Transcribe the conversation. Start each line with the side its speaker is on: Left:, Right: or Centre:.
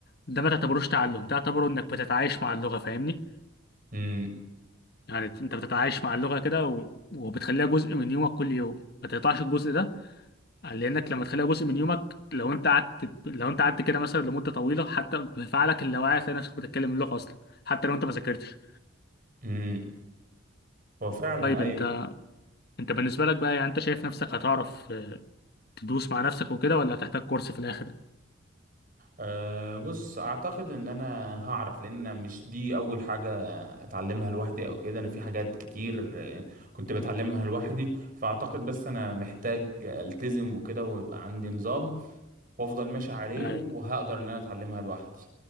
Left: ده ما تعتبروش تعلم ده تعتبره انك بتتعايش مع اللغة فاهمني
Right: امم
Left: يعني انت بتتعايش مع اللغة كده و... وبتخليها جزء من يومك كل يوم ما تقطعش الجزء ده لانك لما تخليها جزء من يومك لو انت قعدت لو انت قعدت كده مثلا لمدة طويلة حتى بفعلك اللاواعي هتلاقي نفسك بتتكلم اللغة اصلا حتى لو انت ما ذاكرتش
Right: امم هو فعلا
Left: طيب
Right: ايوه
Left: انت انت بالنسبة لك بقى يعني انت شايف نفسك هتعرف تدوس مع نفسك وكده ولا هتحتاج كورس في الاخر
Right: أه بص اعتقد ان انا هعرف لان أنا مش دي اول حاجة اتعلمها لوحدي او كده انا في حاجات كتير آه، كنت بتعلمها لوحدي فاعتقد بس انا محتاج التزم وكده ويبقى عندي نظام وافضل ماشي عليه
Left: يعني
Right: وهقدر ان انا اتعلمها لوحدي